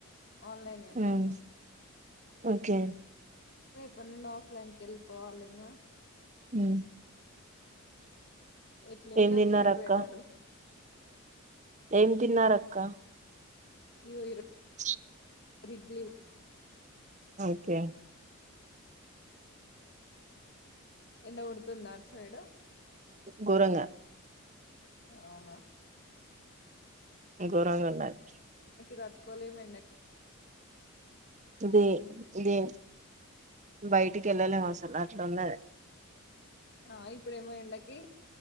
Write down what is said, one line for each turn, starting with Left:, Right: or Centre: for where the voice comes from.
Left: ఆన్లైన్ వింటున్న
Right: ఉమ్ ఓకే
Left: రేపడ్నుండి ఆఫ్ లైన్ కెళ్ళిపోవాలింగా
Right: ఊ
Left: ఎట్లుంది
Right: ఏం
Left: అటు
Right: తిన్నారక్క
Left: సైడ్ వెదరు
Right: ఏం తిన్నారక్ క్క
Left: ఇయ్యో ఇరో
Right: స్ క్
Left: బిగ్ లివ్
Right: ఓకే.
Left: ఎండ కొడుతుంద అటుసైడు.
Right: గోరంగ
Left: అవునా
Right: ఘోరంగుండాలి.
Left: తట్టుకోలేంమెండకి
Right: అదే దే బయటికి ఎళ్ళలేము అసలు అట్లున్నది.
Left: ఆ ఇప్పుడేమో ఎండకి